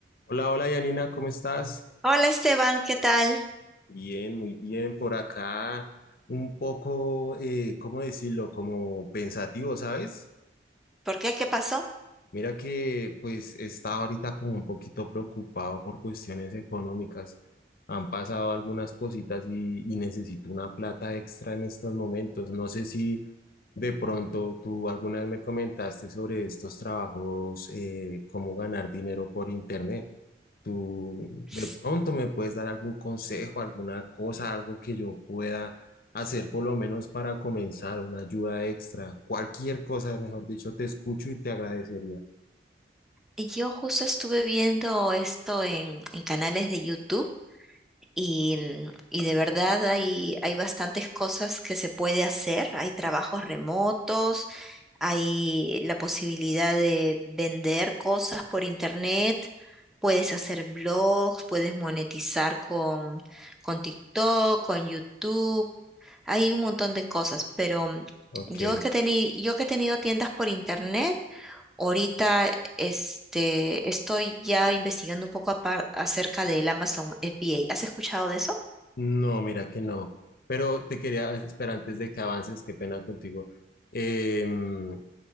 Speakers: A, on the left; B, in the centre.
A: Hola, hola Yanina, ¿cómo estás?
B: Hola Esteban, ¿qué tal?
A: Bien, muy bien. Por acá un poco, eh, ¿cómo decirlo? Como pensativo, ¿sabes?
B: ¿Por qué? ¿Qué pasó?
A: Mira que pues estaba ahorita como un poquito preocupado por cuestiones económicas. Han pasado algunas cositas y, y necesito una plata extra en estos momentos. No sé si de pronto tú alguna vez me comentaste sobre estos trabajos, eh, cómo ganar dinero por internet. tú
B: S-
A: de pronto me puedes dar algún consejo, alguna cosa, algo que yo pueda hacer por lo menos para comenzar, una ayuda extra, cualquier cosa, mejor dicho, te escucho y te agradecería.
B: Yo justo estuve viendo esto en, en canales de YouTube y, mm, y de verdad hay, hay bastantes cosas que se puede hacer. Hay trabajos remotos, hay la posibilidad de vender cosas por internet, puedes hacer blogs, puedes monetizar con, con TikTok, con YouTube. Hay un montón de cosas, pero mm,
A: Ok,
B: yo que teni- yo que he tenido tiendas por internet, ahorita este, estoy ya investigando un poco apar- acerca del Amazon FBA. ¿Has escuchado de eso?
A: no, mira que no, pero te quería, espera, antes de que avances, qué pena contigo. Em,